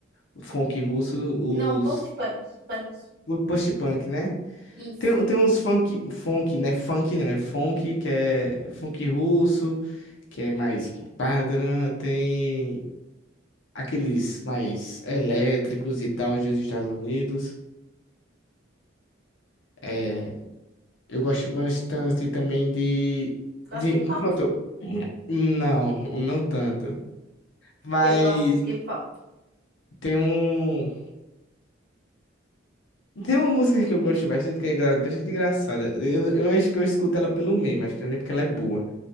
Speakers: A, on the left (about 70°); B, on the right (about 50°).
A: O funk russo, os.
B: Não, post-punk, punk,
A: O post-punk, né?
B: isso.
A: Tem, tem uns funk, funk, né? Funk não, é funk, que é funk russo, que é mais. Tem aqueles mais elétricos e tal dos Estados Unidos. É, eu gosto bastante também de,
B: Gosto
A: de.
B: de K-pop?
A: um Pronto. Não, não tanto. Mas
B: Eu gosto de K-pop.
A: tem um. Tem uma música que eu gosto bastante, que é gra- bastante engraçada. Eu, eu acho que eu escuto ela pelo meme, acho que não é nem porque ela é boa.